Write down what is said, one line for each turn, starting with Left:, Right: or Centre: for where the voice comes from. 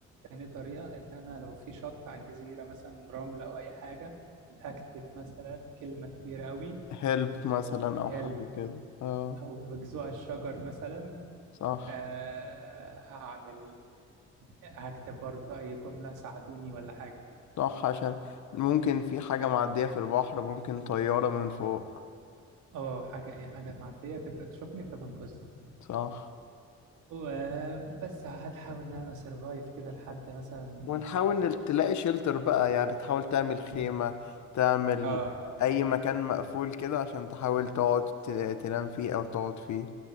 Right: تاني طريقة إن أنا لو في شط على الجزيرة مثلا رملة أو أي حاجة هكتب مثلا كلمة كبيرة أوي
Left: هيلب مثلا او
Right: هلب
Left: حاجه كده اه
Right: أو بجذوع الشجر مثلا
Left: صح
Right: آه هعمل هكتب برضه أي جملة ساعدوني ولا حاجة
Left: صح عشان ممكن في حاجه معديه في البحر ممكن طياره من فوق
Right: أه حاجة أي حاجة معدية تبدأ تشوفني فتنقذني
Left: صح
Right: وبس هحاول إن أنا سرفايف كده لحد مثلا
Left: ونحاول نل- تلاقي شيلتر بقى يعني تحاول تعمل خيمه
Right: مم.
Left: تعمل
Right: أه
Left: اي مكان مقفول كده عشان تحاول تقعد ت- تنام فيه او تقعد فيه